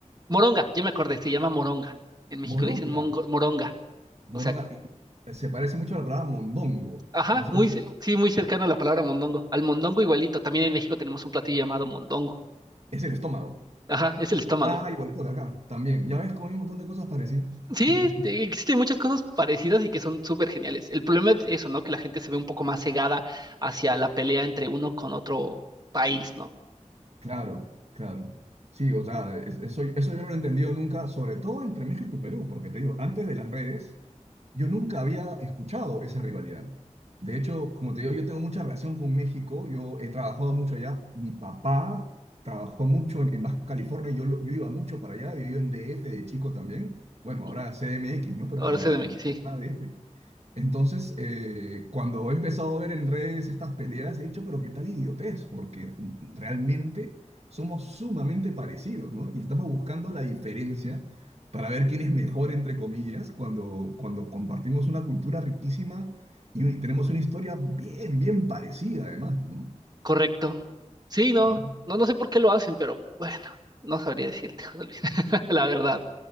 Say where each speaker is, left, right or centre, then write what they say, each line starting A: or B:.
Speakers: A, on the right (about 30°); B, on the right (about 60°).
A: Moronga, ya me acordé, se llama moronga. En México
B: Moronga.
A: le dicen mongo- moronga.
B: Moronga.
A: O sea,
B: y- y se parece mucho a la palabra mondongo.
A: ajá,
B: No sé
A: muy,
B: si
A: ce- sí, muy cercano a la palabra mondongo. Al mondongo igualito, también en México tenemos un platillo llamado mondongo.
B: es el estómago.
A: Ajá, es el estómago.
B: Ah, igualito de acá, también. Ya ves cómo hay un montón de cosas parecidas.
A: Sí,
B: <laughs>
A: te- existen muchas cosas parecidas y que son súper geniales. El problema es eso, ¿no? Que la gente se ve un poco más cegada hacia la pelea entre uno con otro país, ¿no?
B: Claro, claro. Sí, o sea, es- eso, eso yo no lo he entendido nunca, sobre todo entre México y Perú, porque te digo, antes de las redes, yo nunca había escuchado esa rivalidad. De hecho, como te digo, yo tengo mucha relación con México, yo he trabajado mucho allá, mi papá trabajó mucho en, en Baja California, y yo, lo- yo iba mucho para allá, viví en DF de chico también, bueno,
A: Ujú.
B: ahora CDMX, ¿no? Pero
A: Ahora
B: cuando,
A: sé de México,
B: cuando
A: sí,
B: era DF. Entonces, eh, cuando he empezado a ver en redes estas peleas, he dicho, pero qué tal idiotez, porque realmente somos sumamente parecidos, ¿no? Y estamos buscando la diferencia para ver quién es mejor, entre comillas, cuando, cuando compartimos una cultura riquísima y un- tenemos una historia bien, bien parecida, además, ¿no?
A: correcto. Sí, no,
B: No.
A: no, no sé por qué lo hacen, pero bueno, no sabría decirte, José Luis, <laughs> la verdad.